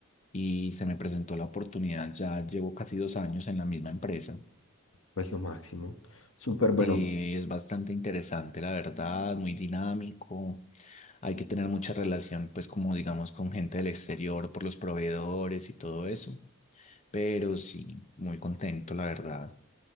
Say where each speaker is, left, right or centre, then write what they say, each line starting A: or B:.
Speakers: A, on the left; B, on the left.
A: y se me presentó la oportunidad. Ya llevo casi dos años en la misma empresa.
B: pues lo máximo. Súper bueno.
A: Sí, es bastante interesante, la verdad, muy dinámico. Hay que tener mucha relación, pues como digamos, con gente del exterior por los proveedores y todo eso. Pero sí, muy contento, la verdad.